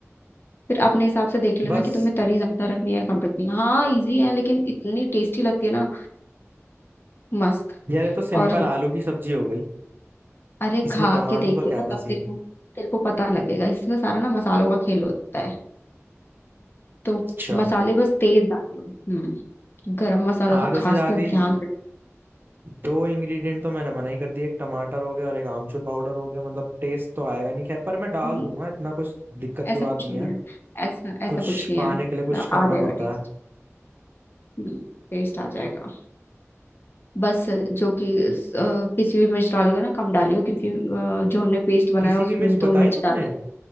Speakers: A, on the left; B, on the right.
A: फिर अपने हिसाब से देख लेना
B: बस
A: कि तुम्हें तरी ज्यादा रखनी है या कम रखनी है हाँ इजी है लेकिन इतनी टेस्टी लगती है ना मस्त
B: यार ये तो सिंपल
A: और
B: आलू की सब्जी हो गई
A: अरे
B: इसमें
A: खा
B: दम आलू
A: के देखियो
B: का क्या
A: ना
B: था
A: तब
B: सीन
A: तेरे को तेरे को पता लगेगा इसमें सारा ना मसालों का खेल होता है तो
B: अच्छा
A: मसाले बस तेज डालियो हम्म गरम मसाला
B: आधे
A: तो खासकर
B: से ज्यादा
A: ध्यान से
B: दो इंग्रेडिएंट तो मैंने मना ही कर दिया एक टमाटर हो गया और एक आमचूर पाउडर हो गया मतलब टेस्ट तो आएगा नहीं खैर पर मैं डाल
A: हम्म,
B: दूंगा इतना कुछ दिक्कत
A: ऐसा
B: की बात
A: कुछ
B: नहीं
A: नहीं
B: है
A: है ऐसा ऐसा
B: कुछ
A: कुछ नहीं
B: पाने
A: है
B: के लिए कुछ
A: ना,
B: करना
A: आ जाएगा
B: पड़ता
A: टेस्ट
B: है
A: हम्म टेस्ट आ जाएगा बस जो कि इस, अ, पिसी हुई मिर्च डालेगा ना कम डालियो क्योंकि अ, जो हमने पेस्ट बनाया
B: पिसी
A: उसमें
B: हुई मिर्च
A: भी
B: बताई
A: तो मिर्च
B: तुमने
A: डाली